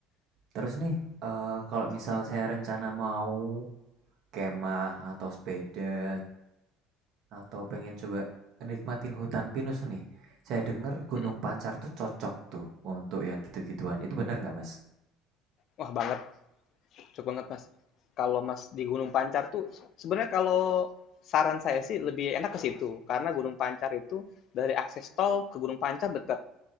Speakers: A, on the right; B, on the left.
A: Terus nih, eh, kalau misal
B: Hmm,
A: saya rencana mau kemah atau sepeda atau pengen coba nikmatin hutan pinus nih. Saya dengar Gunung
B: hmm.
A: Pancar tuh cocok tuh untuk yang gitu-gituan. Itu benar nggak, Mas?
B: Wah, banget Cocok banget, Mas. Kalau Mas di Gunung Pancar tuh sebenarnya kalau saran saya sih lebih enak ke situ, karena Gunung Pancar itu dari akses tol ke Gunung Pancar dekat.